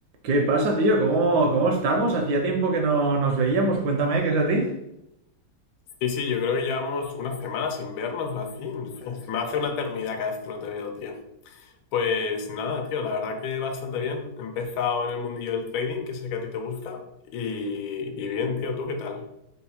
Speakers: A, on the right; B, on the left.
A: ¿Qué pasa, tío? ¿Cómo, cómo estamos? Hacía tiempo que no nos veíamos. Cuéntame, ¿qué es de ti?
B: Sí, sí, yo creo que llevamos unas semanas sin vernos o así. no sé, Se me hace una eternidad cada vez que no te veo, tío. Pues nada, tío, la verdad que bastante bien. He empezado en el mundillo del trading, que sé que a ti te gusta. Y, y bien, tío, ¿tú qué tal?